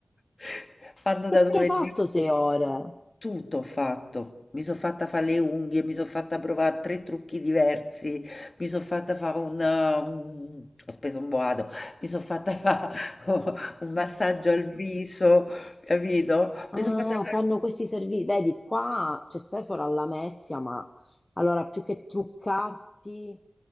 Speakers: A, on the left; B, on the left.
A: <laughs> Hanno
B: Che
A: dato
B: ti
A: per
B: hai fatto
A: dis-
B: sei ore?
A: tutto ho fatto. Mi sono fatta fare le unghie, mi sono fatta provare tre trucchi diversi, mi sono fatta fare un... um, ho speso un boato, mi sono fatta fare <laughs> un massaggio al viso, capito?
B: Ah,
A: Mi sono fatta fare...
B: fanno questi servizi. Vedi, qua c'è Sephora alla Lamezia, ma allora più che truccarti.